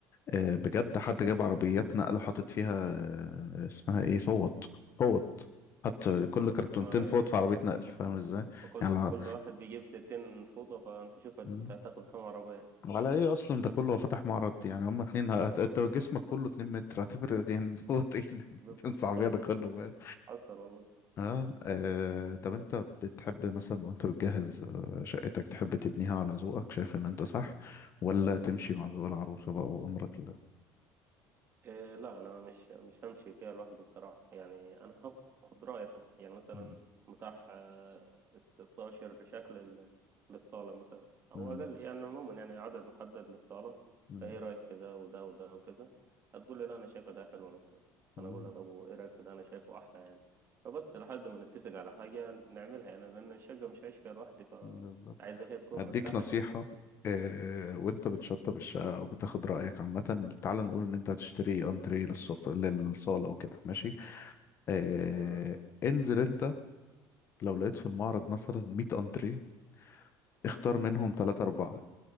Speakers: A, on the left (about 35°); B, on the right (about 30°).
A: آه بجد حد جاب عربيات نقل وحاطط فيها آه اسمها ايه فوط فوط حط كل
B: خبز
A: كرتونتين
B: ما
A: فوط في عربية نقل فاهم ازاي
B: ما كل
A: يعني الع-
B: كل واحد بيجيب ستين فوطة فأنت شوف هت-
A: مم.
B: هتاخد كام عربية
A: على ايه اصلا ده كله هو فاتح معرض يعني هما اتنين هت- انت جسمك كله اتنين متر هتفرق <laughs> يعني فوق ايه
B: بالظبط
A: صعبية
B: <laughs>
A: <laughs> ده كله بقى
B: حصل والله
A: اه آه، طب انت بتحب مثلا وانت بتجهز آه، شقتك تحب تبنيها على ذوقك شايف ان انت صح ولا تمشي مع ذوق العروسة بقى وامرك لله
B: إيه لا انا مش مش همشي فيها لوحده بصراحه يعني انا هاخد رايها يعني مثلا
A: مم،
B: متاح آه، 16 شكل ال- للصاله مثلا او
A: مم،
B: اقل يعني عموما يعني عدد محدد للصاله
A: مم،
B: فايه رايك في ده وده وده وكذا هتقول لي لا انا شايفه ده حلو مثلا
A: مم،
B: انا اقول لها طب وايه رايك في ده انا شايفه احلى يعني فبس لحد ما نتفق على حاجه نعملها يعني لان الشقه مش هعيش فيها لوحدي فعايزه
A: بالظبط
B: هي تكون
A: اديك
B: مرتاحه
A: نصيحة
B: يعني
A: آه، وانت بتشطب الشقة وبتاخد رأيك عامة تعال نقول ان انت هتشتري انتريه للصف للصالة وكده ماشي آه
B: تمام
A: انزل انت لو لقيت في المعرض مثلا 100 انتريه اختار منهم 3 4